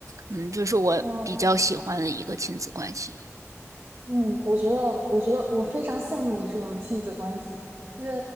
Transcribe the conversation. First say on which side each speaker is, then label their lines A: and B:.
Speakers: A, on the right; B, on the right.
A: 嗯，就是我比较喜欢的一个亲子关系。
B: 哦，嗯，我觉得，我觉得我非常羡慕你这种亲子关系，因为，